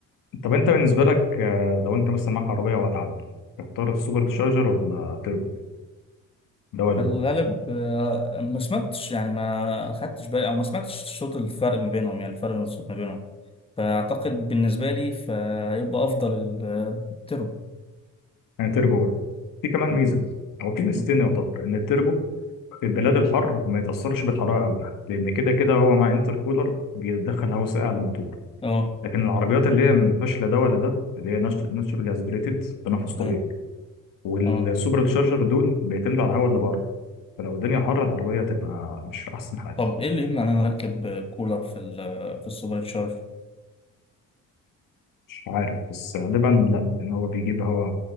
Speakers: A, on the left; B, on the left.
A: طب انت بالنسبه لك آه، لو انت مثلا معاك عربيه وهتعدل تختار السوبر تشارجر ولا تربو ده ولا
B: في الغالب
A: ده
B: آه، ما سمعتش يعني ما خدتش بالي او ما سمعتش صوت الفرق ما بينهم يعني الفرق الصوت ما بينهم فاعتقد بالنسبه لي فهيبقى افضل ال- آه، التربو
A: انا تربو برضه في كمان
B: مم.
A: ميزه هو في ميزتين
B: مم.
A: يعتبر ان التربو في البلاد الحر ما يتاثرش بالحراره قوي لان كده كده هو مع انتر كولر بيدخل هواء ساقع للموتور
B: اه
A: لكن العربيات اللي هي ما فيهاش لا ده ولا ده اللي هي ناتشورالي اسبريتد تنفس طبيعي
B: اه
A: والسوبر
B: اه
A: تشارجر دول بيعتمدوا على الهواء اللي بره فلو الدنيا حر العربية هتبقى مش في أحسن حال
B: طب ايه اللي يمنع ان انا اركب آه، كولر في ال آه، في السوبر تشارجر
A: مش عارف بس غالبا لأ لأن هو بيجيب هوا